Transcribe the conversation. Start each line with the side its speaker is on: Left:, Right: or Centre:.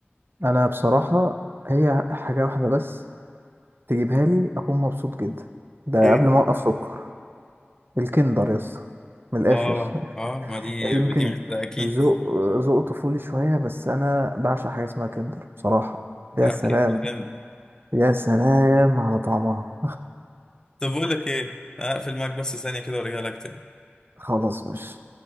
Right: انا بصراحه هي حاجه واحده بس تجيبها لي اكون مبسوط جدا ده
Left: إيه
Right: قبل ما اوقف سكر الكندر يا اسطى من الاخر
Left: اه اه ما
Right: <laughs>
Left: دي
Right: يمكن
Left: دي محتاجة اكيد
Right: ذوق ذوق طفولي شويه بس انا بعشق حاجه اسمها كندر بصراحه يا
Left: لا
Right: سلام
Left: كندر جامدة
Right: يا سلام على طعمها
Left: طب بقول لك ايه هقفل معاك بس ثانية كده وارجع لك تاني
Right: <laughs> خلاص ماشي